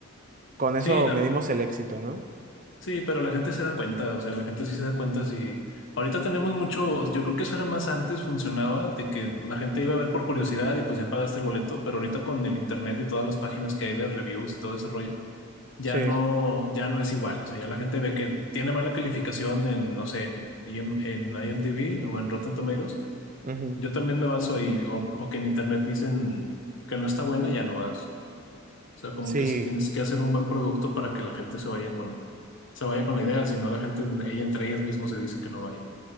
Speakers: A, on the right (about 40°); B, on the left (about 65°).
A: con
B: Sí,
A: eso
B: no,
A: medimos el éxito, ¿no?
B: Sí, pero la gente se da cuenta, o sea, la gente sí se da cuenta si ahorita tenemos mucho, yo creo que eso era más antes, funcionaba, de que la gente iba a ver por curiosidad y pues ya pagaste el boleto, pero ahorita con el internet y todas las páginas que hay de reviews y todo ese rollo, ya
A: Sí.
B: no, ya no es igual, o sea, ya la gente ve que tiene mala calificación en, no sé, en, IM en IMDb o en Rotten Tomatoes,
A: Ujú.
B: yo también me baso ahí, o, o que en internet dicen que no está buena, ya no vas. O sea, como
A: Sí,
B: que si tienes que hacer un buen producto para que la gente se vaya con, se vaya con la idea, si no la gente, ella entre ellas mismas se dicen que no vayan.